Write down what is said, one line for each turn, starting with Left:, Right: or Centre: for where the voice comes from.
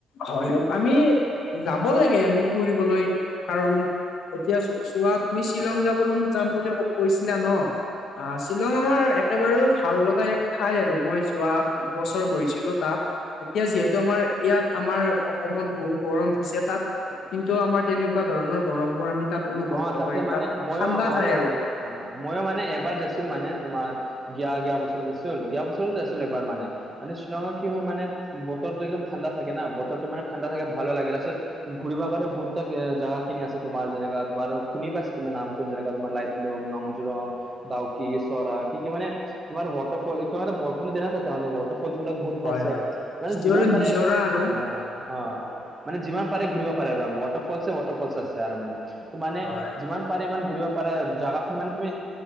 Left: হয় আমি যাব লাগে আমি ফুৰিবলৈ কাৰণ এতিয়া চো চোৱা তুমি শ্বিলং যাবলৈ যাম বুলি কৈছিলা ন? অ' শ্বিলং আমাৰ এক একেবাৰো ভাল লগা এক ঠাই আৰু মই যোৱা বছৰ গৈছিলো তাত। এতিয়া যিহেতু আমাৰ ইয়াত আমাৰ অসমত বহুত গৰম দিছে। তাত কিন্তু আমাৰ তেনেকুৱা ধৰণৰ গৰম বোৰ আমি তাত অনুভৱ
Right: অ
Left: নকৰিম
Right: তাতে মানে
Left: তাত
Right: মইয়ো
Left: ঠাণ্ডা
Right: মানে
Left: ঠাই আৰু।
Right: অ মইয়ো মানে এবাৰ দেচোন মানে তোমাৰ। যোৱা যোৱা বছৰত আছিল যোৱা বছৰত য আছিল এইবাৰ মানে মানে শ্বিলঙত কি হয় মানে। বতৰটো একদম ঠাণ্ডা থাকে না বতৰটো মানে ঠাণ্ডা থাকে ভা'ল লাগে লাচতত ঘূৰিবা কাৰতে বহুতটা জাগা খিনি আছে তোমাৰ যেনেকাত তোমাৰ খুনি পাইছ তুমি নাম কোন জেগাত তোমাৰ লৈতলুম নংজ্ৰং। ডাউকি চৰা কি কি মানে তোমাৰ ৱাটাৰফল কিবাএটা বৰষুণ দিনা তাতে মানে ফলবিলাক গুৰুত্ব
Left: হয়
Right: আছে
Left: হয়
Right: মানে
Left: যিটো
Right: যিমান
Left: আৰু
Right: পাৰে
Left: নিজৰা আৰু
Right: অ অ মানে যিমান পাৰে ঘূৰিব পাৰে আৰু ওৱাটাৰ ফলছে ওৱাটাৰ ফল আছে আৰু মানে ত মানে
Left: হয়
Right: যিমান পাৰে ইমান ঘূৰিব পাৰা জাগা খন মানে তুমি